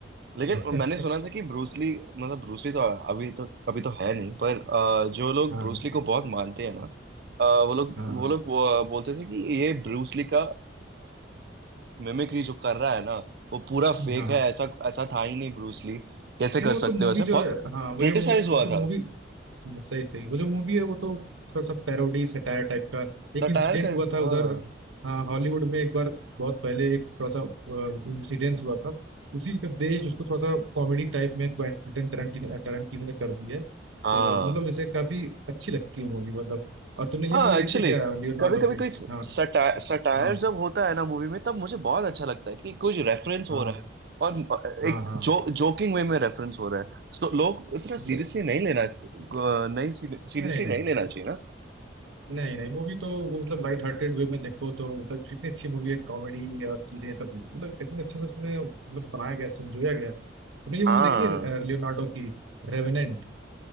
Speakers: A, on the right; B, on the right.
A: लेकिन
B: बड़े।
A: मैंने
B: <laughs>
A: सुना था कि ब्रूसली मतलब ब्रूसली तो अभी तो अभी तो है नहीं पर अ, जो लोग
B: हाँ
A: ब्रूसली को बहुत मानते हैं ना अ, वो लोग
B: हाँ
A: वो
B: हाँ
A: लोग अ, बोलते थे कि ये ब्रूसली का मिमिक्री जो कर रहा है ना वो पूरा फेक
B: हाँ हाँ।
A: है ऐसा ऐसा था ही नहीं ब्रूसली कैसे
B: नहीं
A: कर
B: वो
A: सकते
B: तो मूवी
A: हो ऐसे
B: जो
A: बहुत
B: है हाँ वो
A: क्रिटिसाइज
B: जो मू-
A: हुआ
B: वो तो
A: था
B: मूवी हाँ, सही सही वो जो मूवी है वो तो थोड़ा सा पैरोडी सटायर टाइप का एक
A: सटायर
B: इंसिडेंट
A: का
B: हुआ था
A: हाँ
B: उधर हाँ, हॉलीवुड में एक बार बहुत पहले एक थोड़ा सा इंसिडेंट हुआ था उसी पे बेस्ड उसको थोड़ा सा कॉमेडी टाइप में क्वेंटिन टरंटिनो टरंटिनो ने कर दिया है
A: हाँ
B: तो मतलब जैसे काफी अच्छी लगती है मूवी मतलब और तुमने ये
A: हाँ
B: मूवी देखी
A: एक्चुअली
B: है क्या लियोनार्डो
A: कभी कभी
B: की
A: कोई
B: हाँ
A: सटायर सटायर
B: हाँ
A: जब होता है ना मूवी में तब मुझे बहुत अच्छा लगता है कि कुछ रेफरेंस हो
B: हाँ
A: रहा है और अ,
B: हाँ
A: एक
B: हाँ
A: जो जोकिंग वे में रेफरेंस हो रहा है तो लोग इतना सीरियसली
B: ये
A: नहीं लेना च- नहीं सीरियसली
B: नहीं नहीं
A: नहीं लेना चाहिए ना
B: नहीं नहीं मूवी तो वो मतलब लाइट हार्टेड वे में देखो तो मतलब कितनी अच्छी मूवी है कॉमेडी और चीजें सब मतलब इतने अच्छे से उसमें मतलब बनाया गया समझोया गया तुमने ये मूवी
A: हाँ
B: देखी है लियोनार्डो की रेवेनेंट